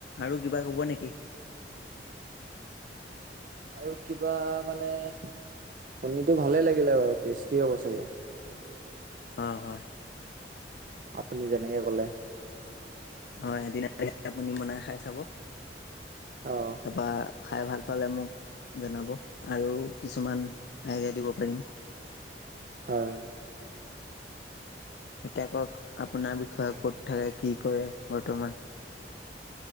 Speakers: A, on the left (about 65°); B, on the right (about 50°).
A: আৰু কিবা ক'ব নেকি?
B: আৰু কিবা মানে শুনিটো ভালে লাগিলে বাৰু টেষ্টি হ'ব চাগে।
A: অহ' হয়।
B: আপুনি যেনেকে ক'লে।
A: হয়, এদিন আপুনি বনাই খাই চাব।
B: অঁ।
A: তাৰপৰা খাই ভাল পালে মোক জনাব আৰু কিছুমান আইডিয়া দিব পাৰিম।
B: হয় হয়।
A: এতিয়া ক'ক আপোনাৰ বিষয়ে ক'ত থাকে কি কৰে বৰ্তমান?